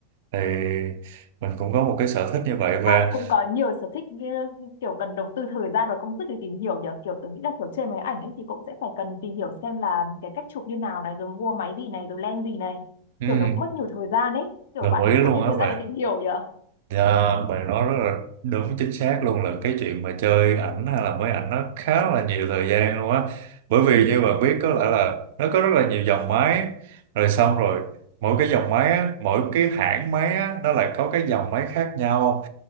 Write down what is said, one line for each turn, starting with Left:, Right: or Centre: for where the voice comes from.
Right: thì mình cũng có một cái sở thích như vậy và
Left: Bạn cũng có nhiều sở thích như kiểu cần đầu tư thời gian và công sức để tìm hiểu nhỉ? Kiểu tớ nghĩ là kiểu trên máy ảnh ấy thì cũng sẽ phải cần tìm hiểu xem là cái cách chụp như nào này, rồi mua máy gì này, rồi lens gì này.
Right: ừm,
Left: Kiểu nó cũng mất nhiều thời gian ấy. Kiểu
Right: đồng
Left: bạn
Right: ý
Left: cũng
Right: luôn
Left: có nhiều
Right: á
Left: thời gian
Right: và
Left: để tìm hiểu nhỉ?
Right: Dạ, bạn nói rất là đúng chính xác luôn là cái chuyện mà chơi ảnh hay là máy ảnh nó khá là nhiều thời gian luôn á bởi vì như bạn biết có lẽ là nó có rất là nhiều dòng máy rồi xong rồi mỗi cái dòng máy á, mỗi cái hãng máy á, nó lại có cái dòng máy khác nhau